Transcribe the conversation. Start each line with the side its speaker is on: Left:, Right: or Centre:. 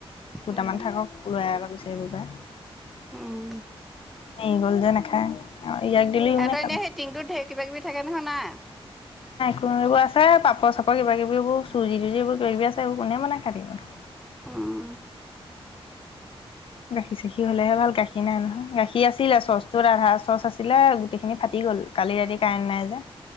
Left: দুটামান
Centre: উম
Left: থাকক। ওলাই আকৌ বিচাৰিব পায়
Centre: উম
Left: এৰি গ'ল যে নাখায় ইয়াক দিলোঁ ইও
Centre: সিহঁতৰ
Left: নাখালে
Centre: এনেই সেই টিংটোত ঢেৰ কিবাকিবি থাকে নহয় নাই।
Left: <unintelligible> এইবোৰ আছে পাপৰ চাপৰ কিবাকিবোৰ চুজি তুজি এইবোৰ কিবি আছে এইবোৰ কোনে বনায় খায় থাকিব।
Centre: উম
Left: গাখীৰ চাখি হ'লেহে ভাল গাখীৰ নাই নহয় গাখীৰ আছিলে চচটোত আধা চচ আছিলে গোটেইখিনি ফাটি গ'ল। কালি ৰাতি কাৰেন নাই যে